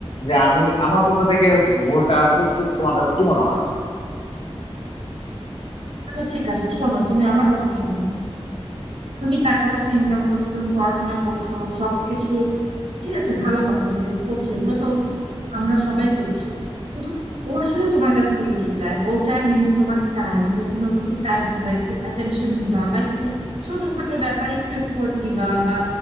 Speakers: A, on the left; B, on the right.
A: যে আমি আমার পক্ষ থেকে ভুলটা করতে তোমার কাছে কি মনে হয়
B: আচ্ছা ঠিক আছে শোনো তুমি আমার কথা শোনো তুমি টাকা পয়সা ইনকাম করছো তুমি পড়াশোনা করছো সবকিছু ঠিক আছে ভালো কথা যে করছো এগুলো তো আমরা সবাই করছি কিন্তু ও আসলে তোমার কাছ থেকে কি চায় ও চায় মেনলি তোমার টাইম যে তুমি ওকে একটু টাইম দিবা একটু অ্যাটেনশন দিবা বা একটু ছোটখাটো ব্যাপারে একটু এফোর্ট দিবা বা